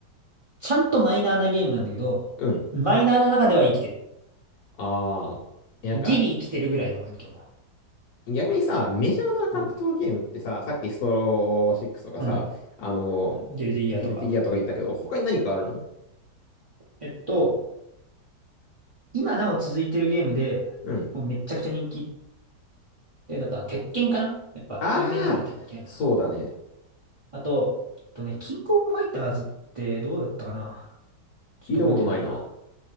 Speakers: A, on the right; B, on the left.
A: ちゃんとマイナーなゲームなんだけど、
B: うん。
A: マイナーな中では生きてる。
B: ああ。え、なんか、
A: ギリ生きてるぐらいの環境。
B: 逆にさ、メジャーな格闘ゲームってさ、
A: うん。
B: さっきストローシックスとかさ、
A: うん。
B: あの、
A: ギルディギアとか。
B: ギルティギアとか言ったけど、他に何かあるの
A: えっと、今なお続いてるゲームで、
B: うん。
A: もうめっちゃくちゃ人気で、あとは、鉄拳かなやっぱ、
B: ああ、
A: 有名なのは鉄拳。
B: そうだね。
A: あと、あとね、キングオブファイターズってどうだったかなちょっと覚えてないや。
B: 聞いたことないな。